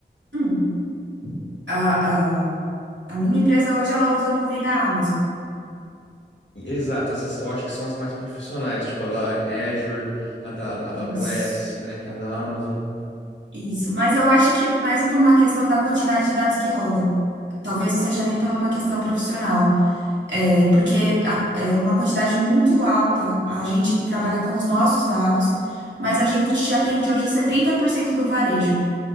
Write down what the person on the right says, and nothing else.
Hum, a, a, a minha empresa hoje ela usa a nuvem da Amazon.
Isso.
Isso. Mas eu acho que é mais por uma questão da quantidade de dados que roda. Talvez não seja nem por uma questão profissional. É, porque a- é uma quantidade muito alta. A gente trabalha com os nossos dados, mas a gente atende hoje 70% do varejo.